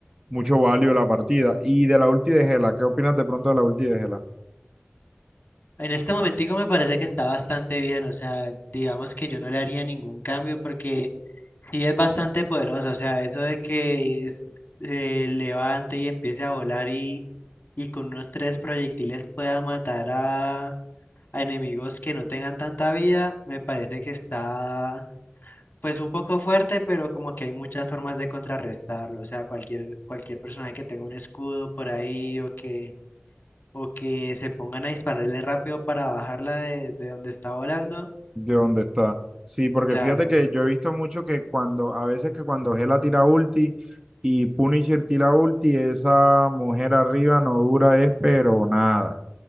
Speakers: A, on the right; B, on the left.
A: mucho value a la partida. Y de la ulti de Gela, ¿qué opinas de pronto de la ulti de Gela?
B: En este momentico me parece que está bastante bien, o sea, digamos que yo no le haría ningún cambio porque sí es bastante poderosa, o sea, eso de que es- se levante y empiece a volar y, y con unos tres proyectiles pueda matar a, a enemigos que no tengan tanta vida, me parece que está pues un poco fuerte, pero como que hay muchas formas de contrarrestarlo, o sea, cualquier, cualquier personaje que tenga un escudo por ahí o que o que se pongan a dispararle rápido para bajarla de, de donde está volando.
A: ¿De dónde está? Sí, porque
B: Claro,
A: fíjate que yo he visto mucho que cuando, a veces que cuando Gela tira ulti y Punisher tira ulti, esa mujer arriba no dura es pero nada.